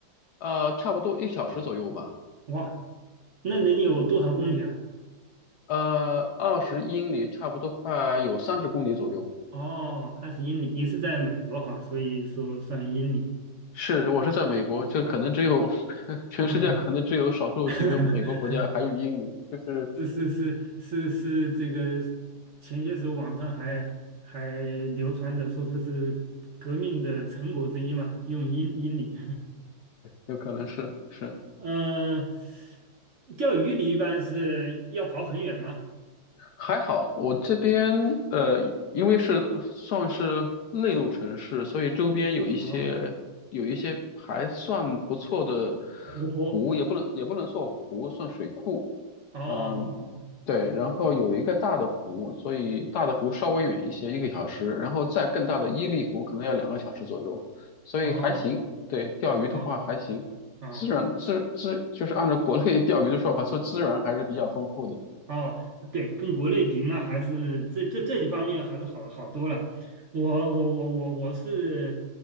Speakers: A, on the left; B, on the right.
A: 呃，差不多一小时左右吧。
B: 哇，那能有多少公里啊？
A: 对，呃，二十英里，差不多快有三十公里左右。
B: 哦，二十英里。你是在美国哈，所以说算英里
A: 是，我是在美国，这可能只有
B: 啊。
A: <laughs> 全世界可能只有少数几个美国国家还有英语，
B: 啊，<laughs> 哈，
A: 就是
B: 是是是是是，这个前些时候网上还还流传的说这是革命的成果之一嘛，用英英里。
A: 有可能是是
B: 嗯、钓鱼你一般是要跑很远吗？
A: 还好，我这边呃，因为是算是内陆城市，所以周边有一些有一些还算不错的
B: 啊，湖泊。
A: 湖，也不能也不能算湖，算水库，
B: 哦哦
A: 嗯，对，然后有一个大的湖，所以大的湖稍微远一些，一个小时，然后再更大的伊利湖可能要两个小时左右，所以还行。
B: 哦哦
A: 对，钓鱼的话还行，
B: 哦哦，哦
A: 资源资资就是按照国内钓鱼的说法，说资源还是比较丰富的。
B: 哦，对，跟国内比，那还是这这这几方面还是好好多了。我我我我我是